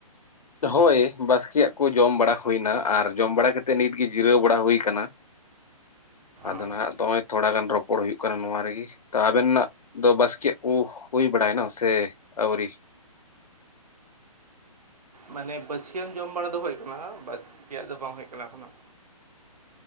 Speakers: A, on the left; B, on the right.
A: ᱦᱳᱭ, ᱵᱟᱥᱠᱮᱭᱟᱜ ᱠᱚ ᱡᱚᱢ ᱵᱟᱲᱟ ᱦᱩᱭᱱᱟ ᱟᱨ ᱡᱚᱢ ᱵᱟᱲᱟ ᱠᱟᱛᱮᱫ ᱱᱤᱛᱜᱮ ᱡᱤᱨᱟᱹᱣ ᱵᱟᱲᱟ ᱦᱩᱭ ᱠᱟᱱᱟ᱾ ᱟᱫᱚ
B: ᱚ
A: ᱱᱟᱦᱟᱜ ᱫᱚᱜᱼᱚᱭ ᱛᱷᱚᱲᱟ ᱜᱟᱱ ᱨᱚᱯᱚᱲ ᱦᱩᱭᱩᱜ ᱠᱟᱱᱟ ᱱᱚᱣᱟ ᱨᱮᱜᱮ᱾ ᱛᱚ ᱟᱵᱮᱱᱟᱜ ᱫᱚ ᱵᱟᱥᱠᱮᱭᱟᱜ ᱠᱚ ᱦᱩᱭ ᱵᱟᱲᱟᱭᱱᱟ ᱥᱮ ᱟᱣᱨᱤ?
B: ᱢᱟᱱᱮ ᱵᱟᱹᱥᱤᱭᱟᱹᱢ ᱡᱚᱢ ᱵᱟᱲᱟ ᱫᱚ ᱦᱩᱭᱩᱜ ᱠᱟᱱᱟ, ᱵᱟᱥᱠᱮᱭᱟᱜ ᱫᱚ ᱵᱟᱝ ᱦᱩᱭᱩᱜ ᱠᱟᱱᱟ ᱮᱠᱷᱚᱱ ᱦᱟᱸᱜ᱾